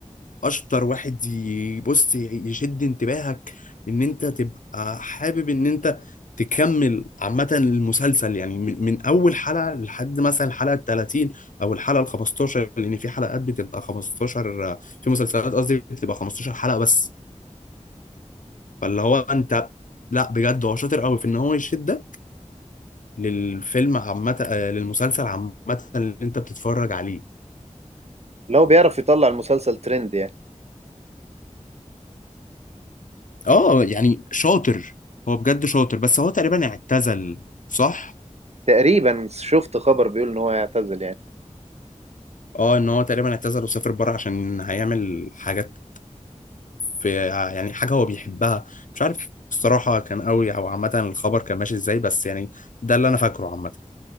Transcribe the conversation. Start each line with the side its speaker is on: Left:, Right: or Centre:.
Left: اشطر واحد يبص يشد انتباهك ان انت تبقى حابب ان انت تكمل عامة المسلسل يعني من, من اول حلقة لحد مثلا الحلقة ال 30 او الحلقة ال 15 لان في حلقات بتبقى 15 في مسلسلات قصدي بتبقى 15 حلقة بس فاللي هو انت لا بجد هو شاطر قوي في ان هو يشدك للفيلم عامة آه، للمسلسل عامة اللي انت بتتفرج عليه
Right: لو بيعرف يطلع المسلسل ترند يعني
Left: اه يعني شاطر هو بجد شاطر بس هو تقريبا اعتزل صح؟
Right: تقريبا شفت خبر بيقول ان هو هيعتزل يعني
Left: اه ان هو تقريبا اعتزل وسافر بره عشان هيعمل حاجات في يعني حاجه هو بيحبها مش عارف الصراحه كان قوي او عامه الخبر كان ماشي ازاي بس يعني ده اللي انا فاكره عامه